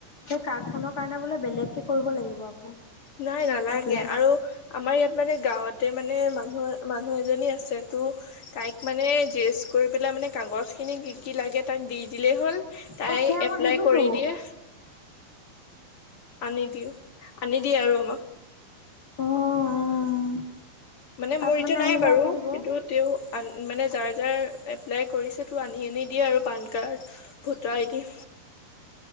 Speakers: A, on the left; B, on the left.
A: সেই কাৰ্ড খনৰ কাৰণে বোলে বেলেগ কেে কৰিব লাগিব আকৌ।
B: নাই নালাগে
A: এপ্লাই
B: আৰু আমাৰ ইয়াত মানে গাঁওঁতে মানে মানু মানুহ এজনী আছে তো তাইক মানে জেচ কৰি পেলাই মানে কাগজ খিনি কি কি লাগে তাক দি দিলেই হ'ল তাই
A: অঁ সেয়া মই
B: এপ্লাই
A: দিলোঁতো
B: কৰি দিয়ে। আনি দিও আনি দিয়ে আৰু আমাক।
A: অঁ অঁ
B: মানে
A: তাত
B: মোৰ এতিয়া নাই
A: আহিলে
B: বাৰু
A: আহি দিব
B: কিন্তু তেওঁ আন মানে যাৰ যাৰ এপ্লাই কৰিছে তো আনি আনি দিয়ে আৰু PAN card voter I D.